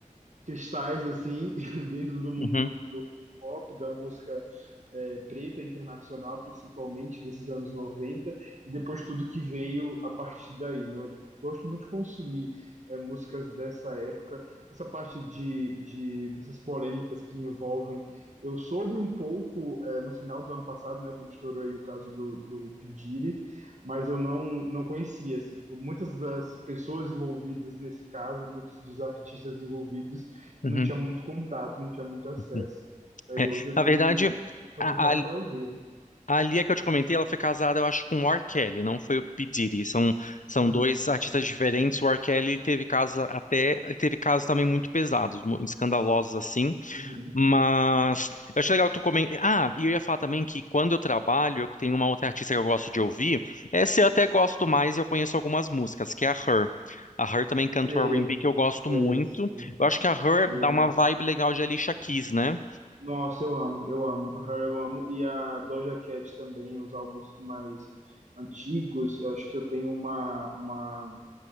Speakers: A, on the right; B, on the left.
A: cristais assim <laughs> dentro do mundo
B: uhum,
A: do, do pop, da música é, preta internacional, principalmente desses anos 90 e depois tudo que veio a partir daí, né? Eu gosto muito de consumir é, músicas dessa época, essa parte de, de dessas polêmicas que envolvem. Eu soube um pouco é, no final do ano passado, né, quando estourou aí o caso do, do P. Diddy, mas eu não, não conhecia, assim, tipo, muitas das pessoas envolvidas nesse caso, muitos dos artistas envolvidos,
B: uhum,
A: eu não tinha muito contato, não tinha muito acesso.
B: uhum.
A: Daí
B: É,
A: hoje eu
B: na
A: tenho
B: verdade,
A: aproveitado
B: a, a,
A: para ouvir. né?
B: a Lia que eu te comentei, ela foi casada, eu acho, com o R. Kelly, não foi o P. Diddy. São, são
A: Aham.
B: dois artistas diferentes. O R. Kelly teve casos até, ele teve casos também muito pesados, mu- escandalosos assim.
A: Uhum.
B: Mas eu acho legal tu comentar. Ah, e eu ia falar também que quando eu trabalho, eu tenho uma outra artista que eu gosto de ouvir. Essa eu até gosto mais e eu conheço algumas músicas, que é a Her. A Her também canta
A: Sei,
B: o R&B que eu gosto
A: sei,
B: muito.
A: sei.
B: Eu acho que a Her
A: Boa.
B: dá uma vibe legal de Alicia Keys, né?
A: Nossa, eu amo, eu amo. A Her eu amo. E a Doja Cat também, os álbuns mais antigos. Eu acho que eu tenho uma, uma,